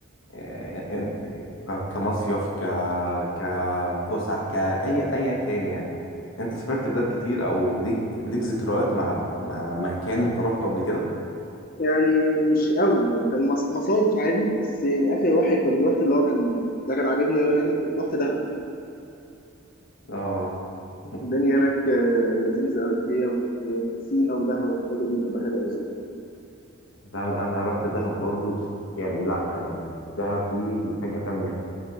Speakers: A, on the left; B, on the left.
A: آه، آه، آه، ك- كمصيف ك كفسح كأي أيا كان يعني أنت سافرت بلاد كتير أو ليك ليك ذكريات مع مع مكان أنت روحته قبل كده؟
B: يعني مش قوي يعني كان مص- مصايف عادي بس يعني اخر واحد كان رحت اللي هو كان ده كان عاجبني قوي يعني كنت رحت دهب
A: آه <laughs>
B: الدنيا هناك آه، لذيذه قوي هي و- وسينا ودهب والحته دي بتبقى حلوه قوي
A: ده أنا أنا رحت دهب برضو يعني لأ يعني دهب دي حاجة تانية